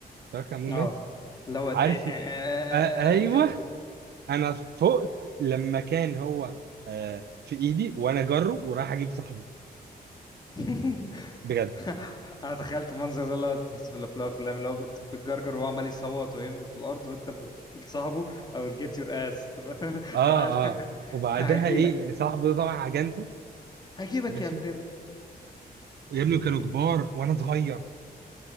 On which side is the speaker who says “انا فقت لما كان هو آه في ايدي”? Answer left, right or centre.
Right